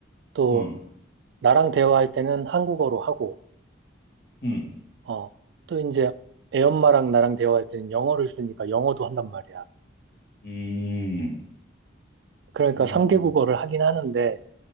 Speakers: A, on the right; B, on the left.
A: 또
B: 어,
A: 나랑 대화할 때는 한국어로 하고,
B: 음,
A: 어. 또 이제 애 엄마랑 나랑 대화할 때는 영어를 쓰니까 영어도 한단 말이야.
B: 음,
A: 그러니까
B: 음,
A: 3개 국어를 하긴 하는데,